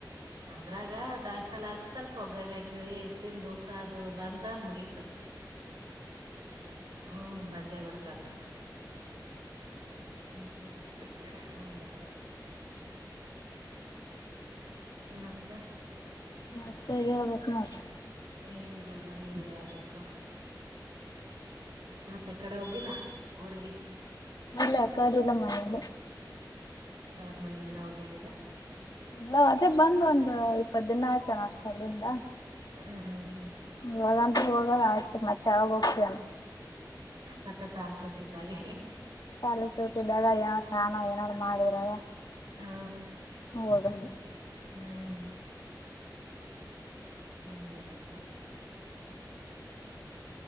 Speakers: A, on the right (about 70°); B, on the left (about 60°).
A: ಅದ್ರಾಗ ಡಾಸ್ಲ್ಲ ಸ್ವಲ್ಪ ಒಗ್ಗರಣೆಕ ಇತ್ತನ್ ದಿವಸ ಅದು ಬಂತ ಮುಗೀತ ಹ್ಮ್ ಬಂದೇ ಬಿಡ್ತದ ನೋಡ್ರ ಹ್ಮ ಹತ್ತ ಮತ್ತೆ
B: ಮತ್ತೆ ಹೇಳ್ಬೇಕಾ ನೋಡ್
A: ಏನಿಲ್ಲೋಡ್ರ ನೀವ್ ಹೇಳ್ಬೇಕು ಮತ್ತೆ ಕಡೆ ಹೋಗಿಲ್ಲ ಊರಿಗೆ
B: ಇಲ್ಲ ಆ ಕಡೆ ಇಲ್ಲ ಎಲ್ಲ ಮನಲಿ
A: ತವರು ಮನೆ ಎಲ್ಲ ಹೋಗಿಲಿ ಈಗ
B: ಇಲ್ಲ ಅದೇ ಬಂದ ಒಂದು ಇಪ್ಪತ್ತು ದಿನ ಆಯ್ತನ್ ಅಷ್ಟು ಅಲ್ಲಿಂದ
A: ಹ್ಮ್ ಹ್ಮ್ ಹ್ಮ್
B: ಹೋಗಂತ ಹೋಗದ ಆಯ್ತು ಮತ್ತೆ ಯಾವಾಗ ಹೋಗ್ತೇನ
A: ಮತ್ತೆ ಸಾಲ್ ಸೋಟ್ಟಿದ್ದಾಗೆ
B: ಸಾಲ ಸೂಟ್ಟಿದ್ದಾಗ ಏನಾದಾರ್ ಕಾಣ ಏನಾದ್ರು ಮಾಡಿದ್ರಾಗ
A: ಹಾ
B: ಹೋಗಲ್ಲ
A: ಹ್ಮ್ ಹಂಗೆ ಆಯ್ತು